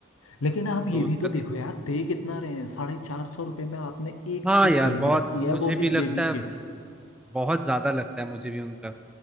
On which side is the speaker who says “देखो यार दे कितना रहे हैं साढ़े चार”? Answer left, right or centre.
Left